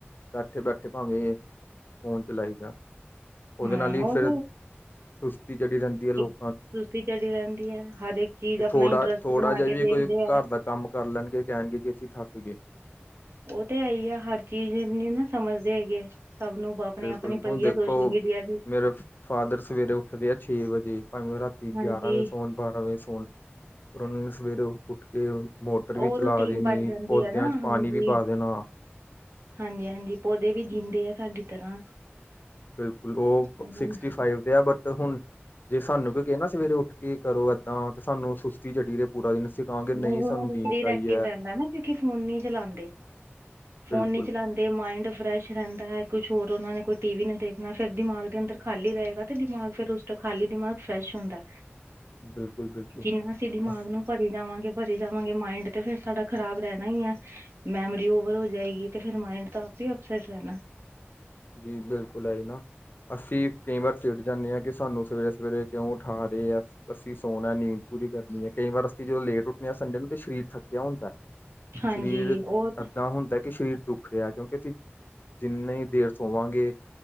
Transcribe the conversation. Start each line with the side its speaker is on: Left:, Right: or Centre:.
Left: ਬੈਠੇ- ਬੈਠੇ ਭਾਵੇਂ ਫੋਨ ਚਲਾਈ ਜਾਣ। ਉਹਦੇ
Right: ਹਮ
Left: ਨਾਲ ਹੀ, ਫਿਰ
Right: ਉਹ
Left: ਸੁਸਤੀ ਚੜੀ ਰਹਿੰਦੀ ਹੈ ਲੋਕ
Right: ਸੁਸਤੀ ਚੜੀ ਰਹਿੰਦੀ ਹੈ, ਹਰ ਇੱਕ ਚੀਜ਼
Left: ਤੇ
Right: ਆਪਣਾ
Left: ਥੋੜਾ
Right: ਇੰਟਰਸਟ
Left: ਥੋੜਾ
Right: ਬਣਾ
Left: ਜਿਹਾ
Right: ਕੇ
Left: ਵੀ
Right: ਦੇਖਦੇ
Left: ਕੋਈ ਘਰ
Right: ਹੈ।
Left: ਦਾ ਕੰਮ ਕਰ ਲੈਣਗੇ, ਕਹਿਣਗੇ ਜੀ ਅਸੀਂ ਥੱਕ ਗਏ।
Right: ਉਹ ਤੇ ਹੈ ਹੀ ਆ, ਹਰ ਚੀਜ਼ ਨੀ ਨਾ ਸਮਝਦੇ ਹੈਗੇ, ਸਭ ਨੂੰ ਆਪਣੀ-
Left: ਬਿਲਕੁਲ
Right: ਆਪਣੀ ਪਈ
Left: ਹੁਣ ਦੇਖੋ
Right: ਆ ਸੋਸ਼ਲ ਮੀਡੀਆ। ਦੀ
Left: ਮੇਰੇ ਫਾਦਰ ਸਵੇਰੇ ਉੱਠਦੇ ਆ ਛੇ ਵਜੇ, ਭਾਵੇਂ ਉਹ ਰਾਤੀ
Right: ਹਾਂਜੀ
Left: ਗਿਆਰਾਂ ਵਜੇ ਸੌਣ, ਬਾਰਾਂ ਵਜੇ ਸੌਣ।
Right: <inaudible>
Left: ਫੇਰ ਉਹਨਾਂ ਨੇ, ਸਵੇਰੇ ਉਠ ਕੇ ਮੋਟਰ ਵੀ
Right: ਉਹ
Left: ਚਲਾ
Right: ਰੂਟੀਨ
Left: ਦੇਣੀ
Right: ਬਣ ਜਾਂਦੀ
Left: ਪੌਦਿਆਂ
Right: ਹੈ ਨਾ
Left: 'ਚ
Right: ਹਾਂਜੀ
Left: ਪਾਣੀ ਵੀ ਪਾ ਦੇਣਾ
Right: ਹਾਂਜੀ- ਹਾਂਜੀ, ਪੌਦੇ ਵੀ ਜੀਉਂਦੇ ਆ ਸਾਡੀ ਤਰ੍ਹਾਂ
Left: ਬਿਲਕੁਲ, ਉਹ
Right: ਇਹਨਾਂ
Left: ਸਿਕਸਟੀ ਫਾਈਵ ਦੇ ਆ ਬਟ ਹੁਣ ਜੇ ਸਾਨੂੰ ਕੋਈ ਕਹੇ ਨਾ, ਸਵੇਰੇ ਉਠ ਕੇ ਕਰੋ ਏਦਾਂ ਤੇ ਸਾਨੂੰ ਸੁਸਤੀ ਚੜੀ ਰਹੇ ਪੂਰਾ ਦਿਨ ਕਹਾਂਗੇ ਨਹੀਂ
Right: ਨਹੀ,
Left: ਸਾਨੂੰ
Right: ਉਹਨਾ ਦੇ
Left: ਨੀਂਦ
Right: ਸਰੀਰ
Left: ਆਈ
Right: ਐਕਟਿਵ
Left: ਹੈ
Right: ਰਹਿੰਦਾ ਨਾ, ਕਿਉਕ ਫੋਨ ਨੀ ਚਲਾਉਂਦੇ, ਫੋਨ
Left: ਬਿਲਕੁਲ
Right: ਨਹੀ ਚਲਾਉਂਦੇ ਤੇ ਮਾਇੰਡ ਫਰੈਸ਼ ਰਹਿੰਦਾ ਹੈ, ਕੁਛ ਹੋਰ ਉਹਨਾ ਨੇ ਕੋਈ ਟੀਵੀ ਨਹੀਂ ਦੇਖਣਾ, ਫਿਰ ਦਿਮਾਗ ਦੇ ਅੰਦਰ ਖਾਲੀ ਰਹੇਗਾ ਤੇ ਦਿਮਾਗ ਫਿਰ ਉਸ ਖਾਲੀ ਦਿਮਾਗ ਫਰੈਸ਼ ਹੁੰਦਾ,
Left: ਬਿਲਕੁਲ ਬਿਲਕੁਲ
Right: ਜਿਨਾਂ ਅਸੀ ਦਿਮਾਗ
Left: ਅਸ-
Right: ਨੂੰ ਭਰੀ ਜਾਵਾਂਗੇ। ਭਰੀ ਜਾਵਾਂਗੇ, ਮਾਇੰਡ ਤੇ ਫੇਰ ਸਾਡਾ ਖਰਾਬ ਰਹਿਣਾ ਹੀ ਹੈ। ਮੈਮਰੀ ਓਵਰ ਹੋ ਜਾਏਗੀ, ਤੇ ਫਿਰ ਮਾਇੰਡ ਤਾਂ ਆਪੇ ਹੀ ਅਪਸੈਟ ਰਹਿਣਾ
Left: ਜੀ, ਬਿਲਕੁਲ ਆਹੀ ਨਾ- ਅਸੀ ਕਈ ਵਾਰ ਚਿੜ ਜਾਦੇ ਹਾਂ, ਕਿ ਸਾਨੂੰ ਸਵੇਰੇ- ਸਵੇਰੇ ਕਿਉਂ ਉਠਾ ਰਹੇ ਆ ਅਸੀ ਸੌਣਾ ਨੀਂਦ ਪੂਰੀ ਕਰਨੀ ਐ, ਕਈ ਵਾਰ ਅਸੀ ਜਦੋ ਲੇਟ ਉਠਦੇ ਹਾਂ ਸੰਡੇ ਨੂੰ ਤੇ ਸਰੀਰ ਥੱਕਿਆ ਹੁੰਦਾ
Right: ਹਾਂਜੀ
Left: ਸਰੀਰ
Right: ਉਹ
Left: ਏਦਾਂ ਹੁੰਦਾ ਕਿ ਸਰੀਰ ਦੁੱਖ ਰਿਹਾ, ਕਿਉਂਕਿ ਕਿ ਅਸੀ ਜਿੰਨੀ ਦੇਰ ਸੋਵਾਂਗੇ-